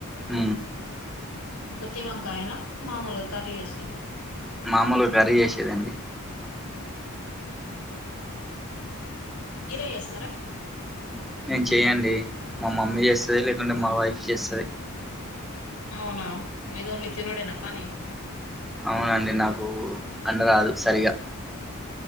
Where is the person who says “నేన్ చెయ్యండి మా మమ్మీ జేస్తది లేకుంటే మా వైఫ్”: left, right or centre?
Centre